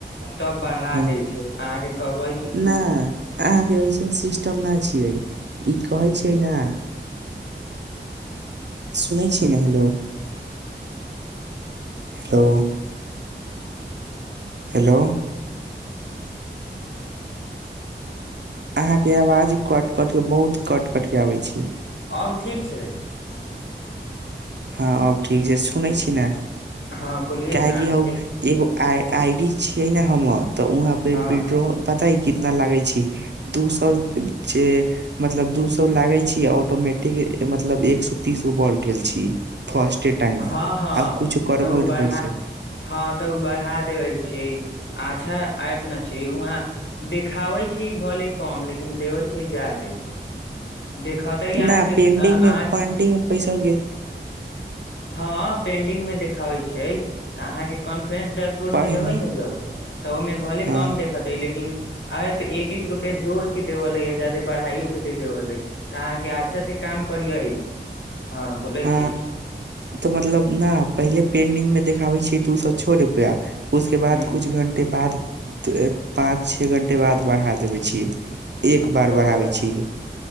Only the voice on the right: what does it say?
हँ
ना अहाँके ऐसन सिस्टम न छियै ई कहै छै ने सुनै छी ने हेलो हेलो हेलो अहाँ के आवाज कट कट के बहुत कट कट के आबै छीयै
हँ अब ठीक छै सुनै छी ने
काहकि
हौ ईगो आई आई डी छियै ने हमर तऽ वहाँ पे
विड्रो पता ह कितना लागे छी दू सए मतलब दू सए लागे छी ऑटोमेटिक मतलब एक सए तीस गो बढ़ गेल छी फर्स्टे टाइम
आ कुछो करबो
नहि
करै छी
नहि पेंडिंग
मे पेंडिंग मे पैसा उगे
पहिने
हँ
ह
तऽ मतलब न पहिले पेंडिंग मे देखाबे छै दू सौ छ रुपया उस के बाद
कुछ घंटे बाद पाँच छे घंटे बाद बढ़ा देवे छीये एक बार
बढ़ाबे छी